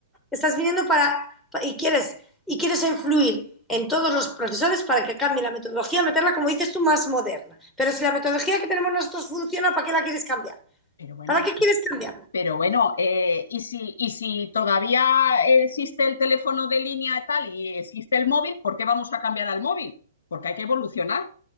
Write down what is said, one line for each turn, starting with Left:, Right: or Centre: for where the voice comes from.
Centre: estás viniendo para, para- y quieres, y quieres influir en todos los profesores para que cambie la metodología, meterla, como dices tú, más moderna. Pero si la metodología que tenemos nosotros funciona, ¿para qué la quieres cambiar?
Left: Pero bueno,
Centre: ¿Para qué quieres cambiar?
Left: pero bueno, eh, y, si, y si todavía existe el teléfono de línea y tal y existe el móvil, ¿por qué vamos a cambiar al móvil? Porque hay que evolucionar.